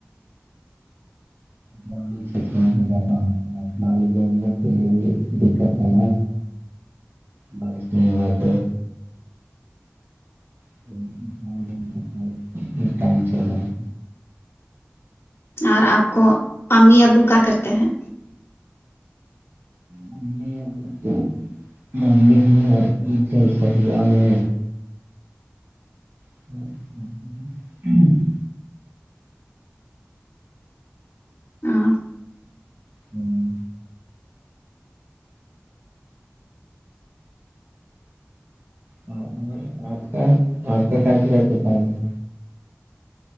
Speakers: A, on the right; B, on the left.
A: گاؤں میں ہی زیادہ ہوتا ہے مان لیجیے ان لوگ کے لیے بھی دککت ہے نا بارش ہو رہی یہاں پے <unintelligible> ٹائم چل رہا ہے
B: اور آپ کو امی ابو کیا کرتے ہیں
A: ممی ابھی تو ممی ہے اور گھر صہیا میں اور ابو
B: ہاں
A: ھمم ہاں اور آپ کا آپ کا <unintelligible> کام ہے